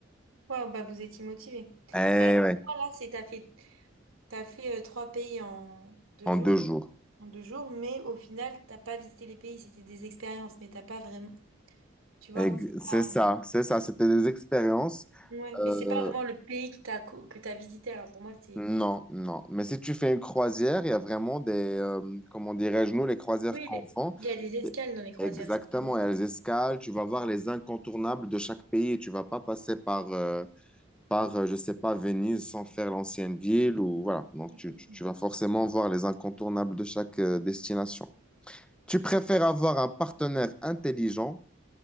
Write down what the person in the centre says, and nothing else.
Eh
ouais,
en
deux jours.
Ex-
C'est
ça,
c'est ça, c'était des expériences.
Euh,
Non, non. Mais si tu fais une croisière, il y a vraiment des, euh, comment dirais-je, nous, les croisières
qu'on
fait.
Exactement,
elles escalent, tu vas voir les incontournables de chaque pays et tu vas pas passer par, euh, par euh, je sais pas, Venise sans faire l'ancienne ville ou voilà. Donc,
tu,
tu- tu vas forcément voir les incontournables de chaque euh, destination. Tu préfères avoir un partenaire intelligent